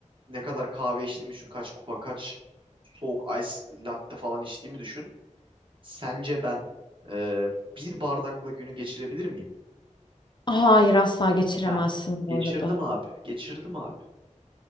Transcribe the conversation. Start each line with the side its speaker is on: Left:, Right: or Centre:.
Right: ne kadar kahve içtiğimi düşün. Kaç kupa kaç soğuk ice latte falan içtiğimi düşün. Sence ben e, bir bardakla günü geçirebilir miyim?
Left: Hayır asla geçiremezsin
Right: Ha,
Left: bu
Right: geçirdim
Left: arada.
Right: abi. Geçirdim abi.